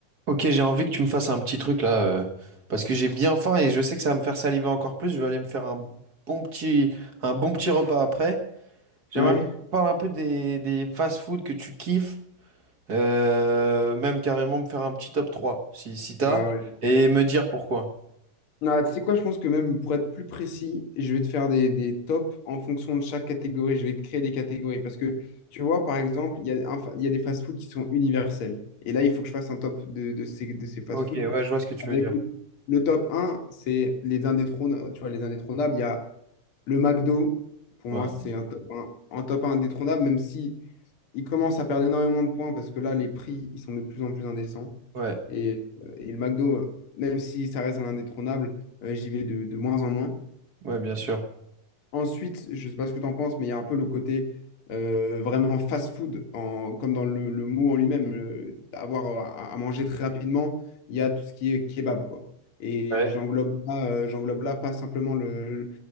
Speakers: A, on the right; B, on the left.
A: Ok, j'ai envie que tu me fasses un petit truc là, euh, parce que j'ai bien faim et je sais que ça va me faire saliver encore plus. Je vais aller me faire un bon petit, un bon petit repas après. J'aimerais
B: Ouais.
A: bien que tu parles un peu des, des fast-food que tu kiffes, euh, même carrément me faire un petit top 3 si, si t'as,
B: Ah ouais.
A: et me dire pourquoi.
B: Non, tu sais quoi, je pense que même pour être plus précis, je vais te faire des, des tops en fonction de chaque catégorie. Je vais créer des catégories parce que, tu vois, par exemple, il y a, un fa- il y a des fast foods qui sont universels. Et là, il faut que je fasse un top de, de ces, de ces fast
A: Ok,
B: foods
A: ouais, je vois ce que tu
B: Avec
A: veux dire.
B: le, le top un, c'est les indétrônables. Tu vois, les indétrônables, il y a le McDo. Pour
A: Ouais,
B: moi, c'est un top un, un top un indétrônable, même si il commence à perdre énormément de points parce que là, les prix, ils sont de plus en plus indécents.
A: ouais,
B: Et, euh, et le McDo, même si ça reste un indétrônable, euh, j'y vais de, de moins en moins.
A: ouais, bien sûr.
B: Ensuite, je ne sais pas ce que tu en penses, mais il y a un peu le côté euh, vraiment fast-food, en- comme dans le, le mot en lui-même, le- avoir à, à manger très rapidement. Il y a tout ce qui est kebab, quoi. Et
A: Ouais.
B: j'englobe là, euh, j'englobe là pas simplement le, le,